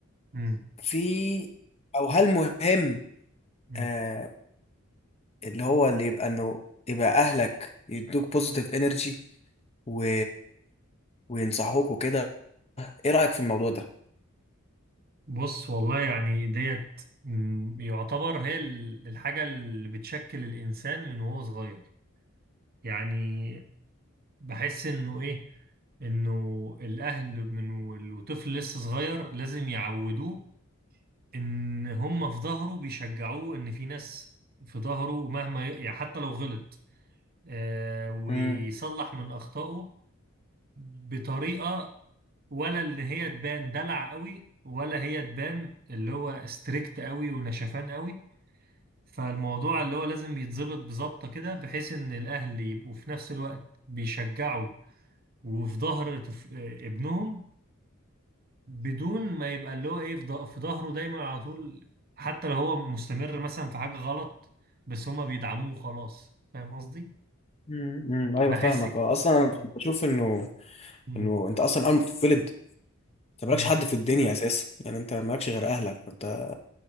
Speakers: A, on the right; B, on the left.
A: مم.
B: في او هل مهم
A: مم.
B: آه اللي هو اللي يبقى انه يبقى اهلك يدوك بوزيتيف انرجي و... وينصحوك وكده ايه رايك في الموضوع ده
A: بص والله يعني ديت مم، يعتبر هي ال- الحاجة اللي بتشكل الانسان من وهو صغير يعني بحس انه ايه انه الاهل من وال- وطفل لسه صغير لازم يعودوه ان هم في ظهره بيشجعوه ان في ناس في ظهره مهما ي... يعني حتى لو غلط آه ويصلح
B: امم
A: من اخطائه بطريقه ولا ان هي تبان دلع قوي ولا هي تبان اللي هو ستريكت قوي ونشفان قوي فالموضوع اللي هو لازم يتظبط بظبطه كده بحيث ان الاهل يبقوا في نفس الوقت بيشجعوا وفي ظهر طف- آه، ابنهم بدون ما يبقى اللي هو ايه في ض- في ظهره دايما على طول حتى لو هو مستمر مثلا في حاجة غلط بس هما بيدعموه خلاص فاهم قصدي؟
B: امم ايوه
A: بحس
B: فاهمك
A: كده
B: آه، اصلا أنا
A: اه
B: بشوف انه
A: مم.
B: انه انت اصلا اول ما بتتولد انت مالكش
A: مم.
B: حد في الدنيا اساسا يعني انت مالكش غير اهلك انت